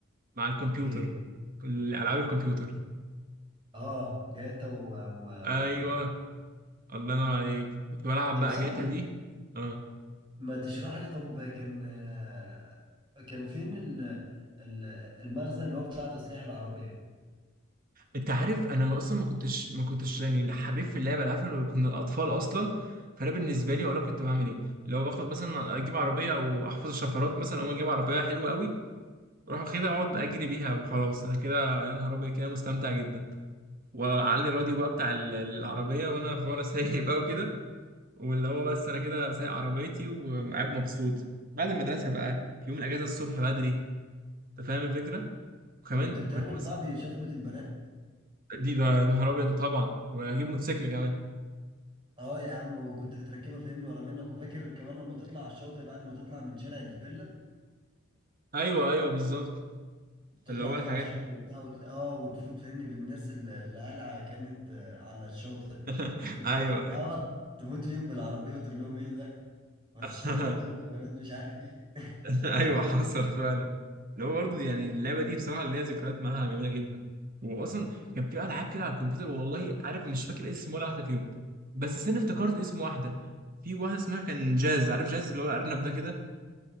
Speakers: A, on the right; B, on the right.
A: مع الكمبيوتر
B: ايه
A: العاب الكمبيوتر
B: اه جاتا و... و...
A: ايوه
B: و...
A: الله ينور عليك كنت بلعب
B: طب
A: بقى
B: يا صاحبي
A: جاتا دي اه
B: ما تشرح لي طب كان آه، كان فين ال... ال- المخزن اللي هو بتاع تصليح العربية
A: انت عارف انا اصلا ما كنتش ما كنتش يعني لا حريف في اللعبه العارف إن كنا الاطفال اصلا فانا بالنسبه لي اقول لك كنت بعمل ايه لو باخد مثلا اجيب عربيه او احفظ الشفرات مثلا او اجيب عربيه حلوه قوي اروح واخدها اقعد اجري بيها وخلاص انا كده يا نهار ابيض كده مستمتع جدا واعلي الراديو بقى بتاع ال- العربيه وانا وانا سايق بقى وكده واللي هو بس انا كده سايق عربيتي وقاعد مبسوط بعد المدرسه بقى في يوم الاجازه الصبح بدري انت فاهم الفكره وكمان
B: كنت بتعمل
A: كنا
B: يا
A: مثلا
B: صاحبي شفرة البنات
A: دي ده يا نهار ابيض طبعا واجيب موتوسيكل كمان
B: اه يا عم وكنت تركبها فاهمني ورا منك وفاكر كمان لما تطلع على الشاطئ بعد ما تطلع من شارع الفيلا
A: ايوه ايوه بالظبط
B: تطلع
A: اللي هو
B: كده
A: الحاجات
B: على الشاطئ
A: دي
B: وبتاع وت... اه وتفوت فاهمني بالناس اللي اللي قلعة كانت آه، على الشاطئ
A: <laughs>
B: تفوت
A: ايوه
B: فيهم اه تفوت فيهم بالعربية وتقول لهم ايه ده ما
A: <laughs>
B: تصروا نفسكم يا ولاد مش عارف ايه
A: <laughs> ايوه حصل فعلا اللي هو برضه يعني اللعبه دي بصراحه ليها ذكريات معاها جميله جدا واصلا كان في العاب كده على الكمبيوتر والله عارف مش فاكر اسم ولا واحده فيهم بس استنى افتكرت اسم واحده في واحده اسمها كان جاز عارف جاز اللي هو الارنب ده كده